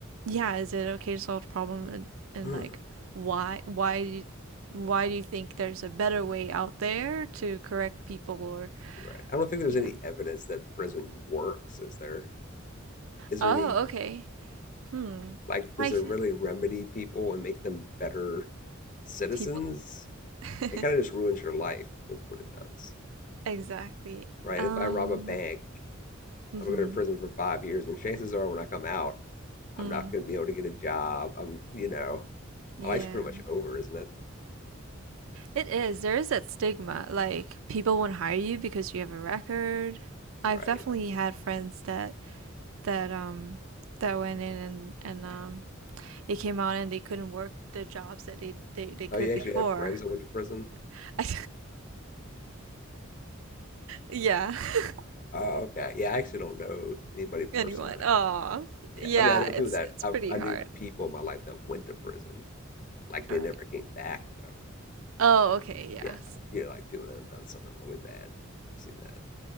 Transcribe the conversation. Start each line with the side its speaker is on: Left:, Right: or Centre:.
Right: yeah, is it okay to solve the problem and, and
Left: Mm.
Right: like why why do- why do you think there's a better way out there to correct people or
Left: Right. I don't think there's
Right: yeah.
Left: any evidence that prison works. Is there? Is
Right: Oh,
Left: there any
Right: okay. Hmm.
Left: like? Does
Right: I
Left: it
Right: th
Left: really remedy people and make them better citizens?
Right: people. <laughs>
Left: It kind of just ruins your life, is what it does.
Right: Exactly.
Left: Right.
Right: Um
Left: If I rob a bank,
Right: Mhm.
Left: I'm gonna go to prison for five years, and chances are, when I come out, I'm
Right: Mm.
Left: not gonna be able to get a job. I'm, you know,
Right: Yeah.
Left: my life's pretty much over, isn't it?
Right: It is. There is that stigma. Like people won't hire you because you have a record.
Left: Right.
Right: I've definitely had friends that that um that went in and and um they came out and they couldn't work the jobs that they they, they
Left: Oh,
Right: could
Left: you actually
Right: before.
Left: have friends that went to prison?
Right: <laughs> I, Yeah. <laughs>
Left: Oh, okay. Yeah, I actually don't know anybody personally.
Right: Anyone. Oh.
Left: Yeah,
Right: Yeah,
Left: I mean, I know Yeah. people
Right: it's
Left: that
Right: it's
Left: I,
Right: pretty
Left: I
Right: hard.
Left: knew people in my life that went to prison, like they
Right: All right.
Left: never came back though.
Right: Oh, okay. Yes.
Left: Yeah, you know, like people that have done something really bad. I've seen that.